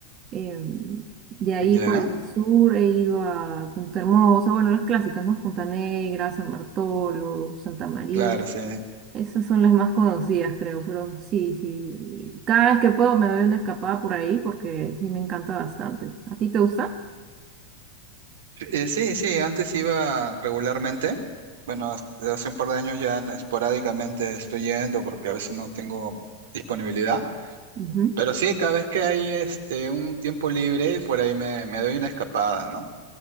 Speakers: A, on the right (about 35°); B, on the right (about 80°).
A: em, de ahí
B: Ya,
A: por el sur he ido a Punta Hermosa, bueno, las clásicas, ¿no? Punta Negra, San Bartolo, Santa María.
B: claro, sí.
A: Esas son las más conocidas, creo, pero sí, sí. Cada vez que puedo me doy una escapada por ahí porque sí me encanta bastante. ¿A ti te gusta?
B: Eh, sí, sí, antes iba regularmente. Bueno, hasta hace un par de años ya esporádicamente estoy yendo porque a veces no tengo disponibilidad.
A: Ujú.
B: Pero sí, cada vez que hay este, un tiempo libre, por ahí me, me doy una escapada, ¿no?